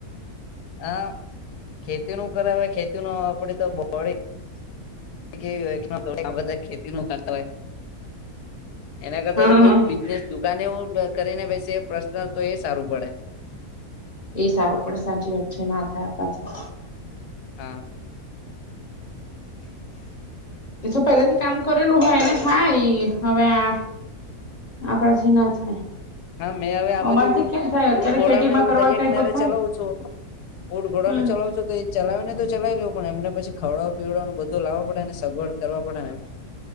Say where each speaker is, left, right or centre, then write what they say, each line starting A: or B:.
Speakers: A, on the left; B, on the left.
A: હા ખેતીનું કરાવે ખેતીનુ આપડી તો બોડી વી બધા ખેતીનું કરતા હોય એના કરતા
B: હા.
A: તો કોઈ બિઝનેસ દુકાને એવું કરીને બેસે પર્સનલ તો એ સારું પડે
B: એ સારું પણ સાચી વાત <unintelligible>
A: હા
B: એ તો પેલેથી કામ કરેલું હોય ને થાય હવે આ આ પછી ના થાય
A: હા મેં હવે આ
B: અમારથી
A: બાજુ
B: કેમ થાય
A: ઊંટઘોડાનું
B: અત્યારે ખેતીમાં
A: એવું
B: કરવા
A: દરિયા
B: કે
A: કિનારે
B: તો થાય.
A: ચલાવું છું ઉટઘોડા
B: હમ.
A: ને ચલાવ છું તો એ ચલાવીને તો ચલાવી લવ પણ એમ પછી ખવડવા પીવડવાનું બધું લાવવા પડે ને સગવડ કરવા પડે એમ